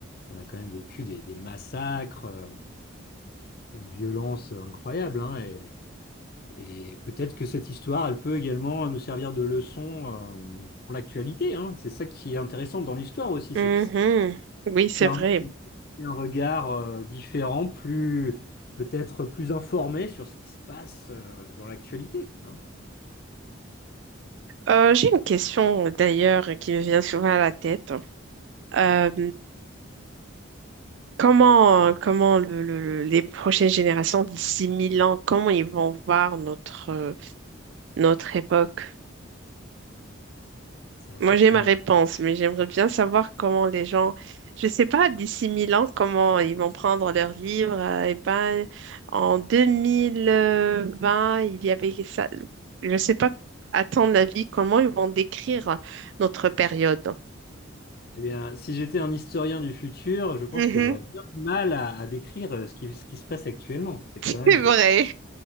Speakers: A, on the left (about 45°); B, on the right (about 60°).
A: on a quand même vécu des, des massacres, euh, une violence incroyable, hein, et Et peut-être que cette histoire, elle peut également nous servir de leçon euh, pour l'actualité, hein. C'est ça qui est intéressant dans l'histoire aussi,
B: Mhm.
A: c'est que ça
B: Oui, c'est
A: permet
B: vrai.
A: de porter un regard euh, différent, plus peut-être plus informé sur ce qui se passe euh, dans l'actualité, hein.
B: Euh, j'ai une question d'ailleurs qui me vient souvent à la tête. Euh, comment comment le- le- le- les prochaines générations d'ici 1000 ans, comment ils vont voir notre, euh, notre époque?
A: Ça,
B: Moi,
A: c'est
B: j'ai ma
A: une...
B: réponse, mais j'aimerais bien savoir comment les gens, je sais pas, d'ici 1000 ans, comment ils vont prendre leurs livres. euh, et ben, en deux mille euh, vingt il y avait ça. Je sais pas, à ton avis, comment ils vont décrire notre période?
A: Eh bien, si j'étais un historien du futur, je pense
B: Mhm,
A: que j'aurais bien
B: <laughs>
A: du mal à, à décrire euh, ce qui, ce qui se passe actuellement. C'est quand
B: c'est
A: même
B: vrai.